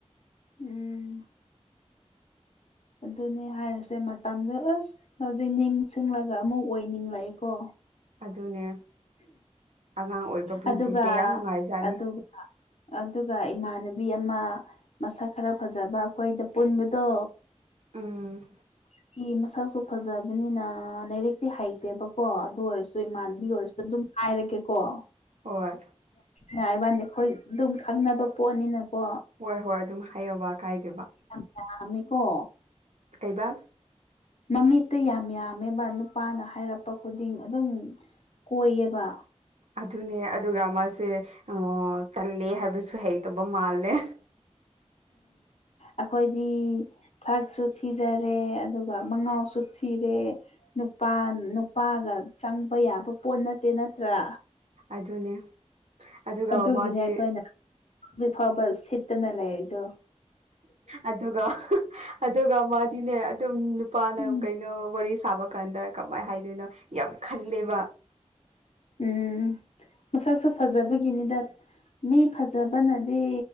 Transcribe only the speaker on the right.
ꯑꯗꯨꯅꯦ ꯑꯉꯥꯡ ꯑꯣꯏꯕ ꯄꯨꯟꯁꯤꯁꯦ
ꯌꯥꯝ ꯅꯨꯉꯥꯏꯖꯠꯅꯤ꯫
ꯎꯝ
ꯍꯣꯏ
ꯍꯣꯏ ꯍꯣꯏ ꯑꯗꯨꯝ ꯍꯥꯏꯌꯣꯕ ꯀꯥꯏꯗꯕ
ꯀꯩꯕꯥ
ꯑꯗꯨꯅꯦ ꯑꯗꯨꯒ ꯃꯥꯁꯦ <unintelligible> ꯇꯜꯂꯦ ꯍꯥꯏꯕꯁꯨ ꯍꯩꯇꯕ ꯃꯥꯜꯂꯦ
ꯑꯗꯨꯅꯦ ꯑꯗꯨꯒ
ꯃꯥꯗꯤ
ꯑꯗꯨꯒꯣ ꯑꯗꯨꯒ ꯃꯥ ꯇꯤꯅꯦ ꯑꯗꯨꯝ ꯅꯨꯄꯥꯅ
ꯀꯩꯅꯣ ꯋꯥꯔꯤ ꯁꯥꯕꯛ ꯀꯥꯟꯗ ꯀꯃꯥꯏ ꯍꯥꯏꯗꯣꯏꯅꯣ ꯌꯥꯝ ꯈꯜꯂꯦꯕ